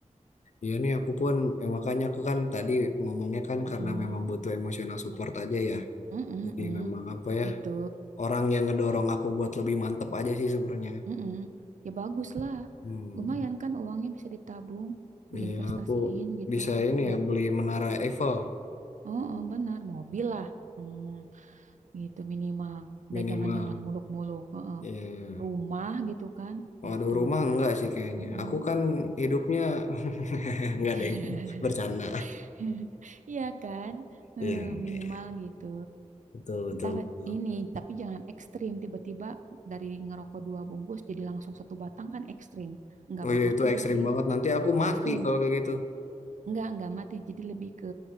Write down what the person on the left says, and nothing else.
ya nih aku pun, ya makanya aku kan tadi ngomongnya kan
karena memang butuh emosional support aja ya.
Jadi
memang apa ya,
orang yang ngedorong
aku buat lebih mantep aja sih sebenarnya.
Hmm,
iya aku
bisa ini
ya beli Menara Eiffel
minimal.
Iya.
Waduh
rumah enggak sih kayaknya.
Aku kan hidupnya <laughs> enggak deng
bercanda.
Iya, iya,
iya.
betul betul
betul.
Oh
iya itu
ekstrim
banget. Nanti aku mati
kalau kayak gitu.